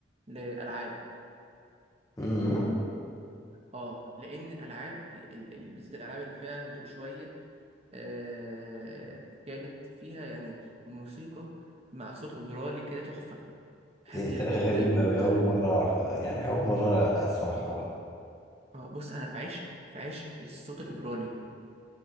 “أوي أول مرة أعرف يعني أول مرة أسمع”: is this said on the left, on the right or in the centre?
Left